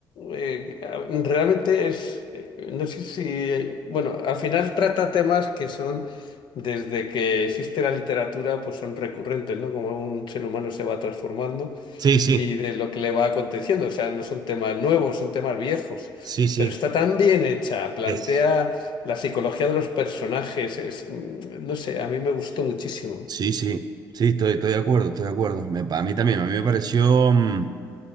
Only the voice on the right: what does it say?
Sí, sí,
sí, sí.
Es.
Sí, sí, sí, estoy, estoy de acuerdo, estoy de acuerdo. Me- a mí también, a mí me pareció. mm,